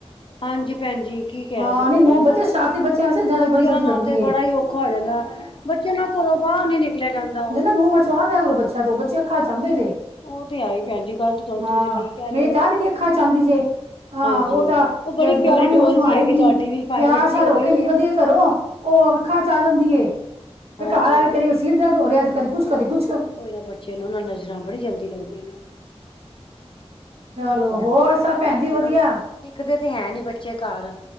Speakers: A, on the left (about 50°); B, on the right (about 70°).
A: ਹਾਂਜੀ, ਭੈਨਜੀ ਕੀ ਕੈਹ
B: ਹਾਂ
A: ਸਕਦੈ
B: ਨਹੀਂ ਨੂੰਹ
A: ਬੰਦਾ,
B: ਬੱਚੇ ਸ਼ਰਾਰਤੀ ਬੱਚਿਆਂ ਵਾਸਤੇ ਜੰਜ
A: ਬੱਚੇਆਂ
B: ਬੜੀ ਜਲਦੀ
A: ਨਾ
B: ਲੱਗਦੀ
A: ਤੇ
B: ਏ
A: ਬੜਾ ਈ ਔਖਾ ਹੋ ਜਾਂਦੈ, ਬੱਚੇਆਂ ਨਾ ਘਰੋਂ ਬਾਰ ਨੀ ਨਿਕਲ ਨਿਕਲੇਆ ਜਾਂਦਾ।
B: ਨੂਨ-ਮਚਰ ਵਾਰ ਦੇਆ ਕਰੋ ਬੱਚੇਆਂ ਤੋਂ, ਬੱਚੇ ਅੱਖਾ ਚ ਆਂਦੇ ਜੇ।
A: ਉਹ ਤੇ ਹੈ ਹੀ ਭੈਣ ਜੀ ਗੱਲ ਤੇ ਤੁਹਾਡੀ
B: ਹਾਂ,
A: ਤੁਸੀਂ ਠੀਕ ਕਹਿ ਰਹੇ
B: ਮੈਂ
A: ਹੋ
B: ਤਾਂ ਆਪ ਈਨੀ ਅੱਖਾਂ ਚ ਆਂਦੀ ਜੇ। ਆ,
A: ਹਾਂਜੀ
B: ਓ ਤਾ
A: ਉਹ ਬੜੀ ਪਿਆਰੀ
B: ਗੱਲਾਂ
A: ਡੋਲ
B: ਵੀ ਉਹੋ ਜੀ ਮਾਰੇਗੀ,
A: ਹੈਗੀ ਤੁਹਾਡੀ ਵੀ ਭਾਵੇਂ
B: ਤੇਆਰ-ਸ਼ਾਰ
A: ਵੱਡੀ
B: ਹੋ
A: ਗਈ
B: ਕੇ ਨਿਕਲਦੀ
A: ਹੈ
B: ਏ ਘਰੋਂ, ਓ ਅੱਖਾਂ ਚ ਆ ਜਾਂਦੀ ਏ, ਤੇ
A: ਹਾਂਜੀ
B: ਘਾਰ ਆ ਕੇ, ਕਦੀ ਸਿਰ ਦਰਦ ਹੋ ਰੇਐ, ਤੇ ਕਦੀ ਕੁੱਛ ਕਦੀ ਕੁੱਛ
A: ਓਈਨਾਂ ਬੱਚੇਆਂ ਨੂੰ ਨਜਰਾਂ ਬੜੀ ਜਲਦੀ ਲੱਗਦੀਆਂ ਨੇ।
B: ਚਲੋ
A: ਕੀ ਕੈ
B: ਹੋਰ
A: ਸਕਦੇ ਬੱਚੇਆਂ
B: ਸਭ ਭੈਣ
A: ਦਾ
B: ਜੀ ਵਧੀਆ
A: ਨਾ, ਟਿਕਦੇ ਤੇ ਹੈ ਨੀ ਬੱਚੇ ਘਾਰ।